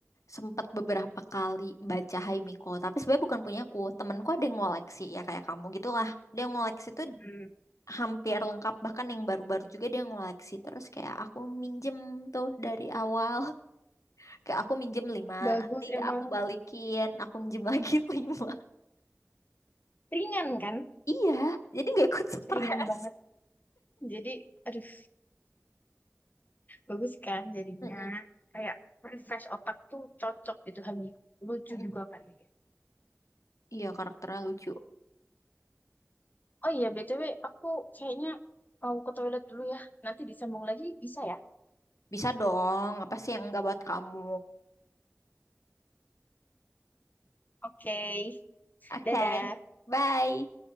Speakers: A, on the left; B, on the left.
A: sempat beberapa kali baca Hai Miko. Tapi sebenarnya bukan punya aku, temanku ada yang ngoleksi ya kayak kamu gitulah. Dia ngoleksi tuh
B: Hmm.
A: hampir lengkap, bahkan yang baru-baru juga dia ngoleksi. Terus kayak aku minjem tuh dari awal, <laughs> kayak aku minjem lima,
B: Bagus
A: nanti
B: emang
A: aku balikin, aku minjem lagi <laughs> lima.
B: ringan kan?
A: Iya, jadi nggak ikut stres.
B: Ringan banget. Jadi aduh bagus kan jadinya
A: Mm-mm.
B: kayak refresh otak tuh cocok gitu Hani lucu
A: Mm-mm.
B: juga kan dia.
A: Iya, karakternya lucu.
B: oh iya BTW aku kayaknya mau ke toilet dulu ya nanti disambung lagi bisa ya
A: Bisa dong, apa sih yang nggak buat kamu?
B: oke
A: Oke,
B: dadah
A: bye.